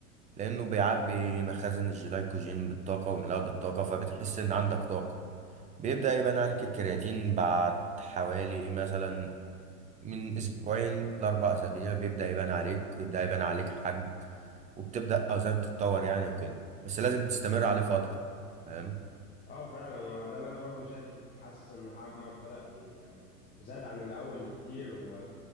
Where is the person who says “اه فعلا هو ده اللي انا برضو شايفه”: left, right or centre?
Left